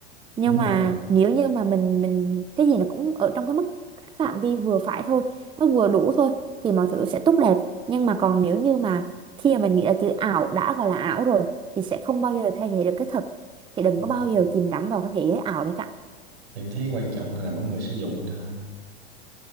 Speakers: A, on the right; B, on the right.
A: nhưng
B: đúng
A: mà
B: rồi
A: nếu như mà mình mình cái gì nó cũng ở trong cái mức phạm vi vừa phải thôi nó vừa đủ thôi thì mọi thứ sẽ tốt đẹp nhưng mà còn nếu như mà khi mà mình nghĩ là chữ ảo đã gọi là ảo rồi thì sẽ không bao giờ thay thế được cái thật thì đừng
B: ừ.
A: có bao giờ chìm đắm vào cái thế giới ảo đấy cả
B: em thấy quan trọng là nằm ở người sử dụng thôi